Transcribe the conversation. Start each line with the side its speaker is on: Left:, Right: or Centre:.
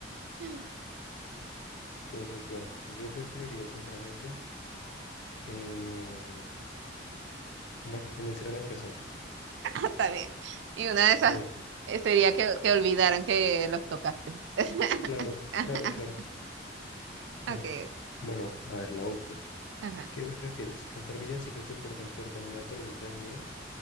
Right: <laughs>
Left: Entonces, bueno, yo preferiría sinceramente, em, bueno, convencer a las personas.
Right: está bien. Y una de esas
Left: Bueno,
Right: eh, sería que, que olvidaran que los tocaste. <laughs>
Left: claro, claro, claro. Ajá.
Right: Ok.
Left: Bueno, a ver, la última.
Right: Ajá.
Left: ¿Qué prefieres? ¿Cantar villancicos de puerta en puerta en una tormenta de nieve?